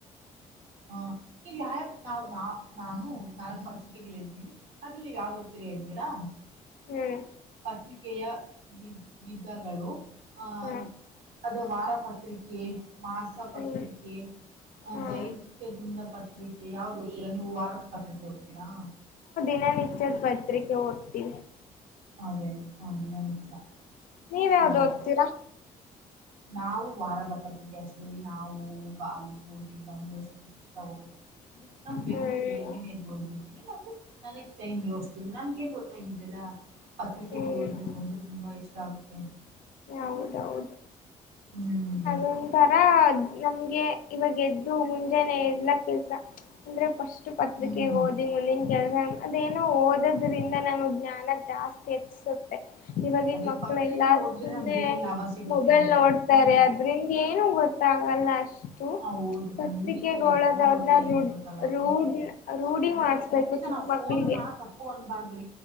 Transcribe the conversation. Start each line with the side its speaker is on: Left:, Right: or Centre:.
Right: ಹಾ ನೀವ ಯ ನಾವು ನಾ ನಾನು ನನ್ನ ಮತ್ಕೆಗಳು ಹೇಳ್ತೀನಿ ಅದ್ರಲ್ಲಿ ನೀವ್ ಯಾವ್ದ ಹೋಗ್ತೀರ ಹೇಳ್ತೀರಾ
Left: ಹ್ಮ್
Right: ಪತ್ರಿಕೆಯ ವಿ ವಿಧಗಳು ಆ
Left: ಹ್ಮ
Right: ಅದ ವಾರಪತ್ರಿಕೆ ಮಾಸ ಪತ್ರಿಕೆ
Left: ಹ್ಮ್
Right: ಅ
Left: ಹಾ ಹ್ಮ್
Right: ದೈ ಪತ್ರಿಕೆ ಯಾವ್ದು ಹೋಗ್ತರಾ ನೀವು ವಾರದ ಪತ್ರಿಕೆ ಹೋಗ್ತೀರಾ
Left: ನ್ ನಿಚ್ಚದ ಪತ್ರಿಕೆ ವರ್ತಿ
Right: ಅದೇ ಅದೇ ಹ ಮ
Left: ನೀವ ಯಾವ್ದು
Right: ಅದೇ
Left: ಓದ್ತೀರಾ
Right: ಅದೇ ನಾವು ವಾರದ ಪತ್ರಿಕೆ ಅಷ್ಟೇಲ್ಲಿ ನಾವು ಕಾಲೇಜ್ ಹೋಗಿ ಬಂದುಷ್ಟು ಸುಸ್ತ ಹೋಗ ಒಂದಂದು ದಿನ ಬೇಕಂದ್ರೆ
Left: ಹ್ಮ್
Right: ಬೆಳಗ್ಗಿನೇದು ಅನ್ಬಿಡ್ತೀನಿ ಅಂದ್ರೆನಗ್ ಟೈಮ ನಿರ್ವಿಸ್ತ್ರು ನನ್ ಏನ್ ಗೊತ್ತಾ ಈ ಬೆಲ್ಲ ಪತ್ರಿಕೆಗ್
Left: ಹ್ಮ್
Right: ಓದ್ಬೇಕು ಅಂದ್ರೆ ತುಂಬಾ ಇಷ್ಟ ಆಗುತ್ತೆ
Left: ಹೌದೌದು
Right: ಹ್ಮ್
Left: ಅದೊಂಥರ ನಮ್ಗೆ ಇವಾಗ ಎದ್ದು ಮುಂಜೆನೇ ಎಲ್ಲ ಕೆಲ್ಸ ಅಂದ್ರೆ ಪಸ್ಟ್ ಪತ್ರಿಕೆ
Right: ಹ್ಮ್
Left: ಓದಿ ಮುಂದಿನ ಕೆಗೆ ಅದೇನೋ ಓದದ್ರಿಂದ ನಮ್ಗ್ ಜ್ಞಾನ ಜಾಸ್ತಿ ಹೆಚ್ಚಿಸುತ್ತೆ ಇವವಾಗಿನ್
Right: ಅದೇ
Left: ಮಕ್ಳ
Right: ಪತ್ರಿಕೆ
Left: ಎಲ್ಲಾ
Right: ಓದಿದ್ರೆ
Left: ಸುಮ್ಮನೆ
Right: ನಮ್ಗೆ ಏನೇನ್ ಲಾಭ ಸಿಗುತ್ತೆ
Left: ಮೊಬೈಲ್
Right: ಅಂದ್ರೆ
Left: ನೋಡ್ತಾರೆ
Right: ಹ್ಮ್
Left: ಅದ್ರಿಂದ ಏನು ಗೊತ್ತಾಗಲ್ಲ ಅಷ್ಟ
Right: ಹ ಹೌದು
Left: ಪತ್ರಿಕೆಗಳದವ್ರನ್ನ
Right: ಖಂಡಿತ ರೀ ಆ ಫೋನ್ ನೋಡಿದ್ರೆ
Left: ರೂ
Right: ಏನು ಗೊತ್ತಾಗಲ್ಲ
Left: ರೂಢ ರೂಢಿ ಮಾಡಸ್ಬೇಕು ಚಿಕ್ಕ
Right: ನಾವು
Left: ಮಕ್ಳಿಗೆ
Right: ಫೋನ್ ನ ತಪ್ಪ ಅನ್ಬಾರ್ದ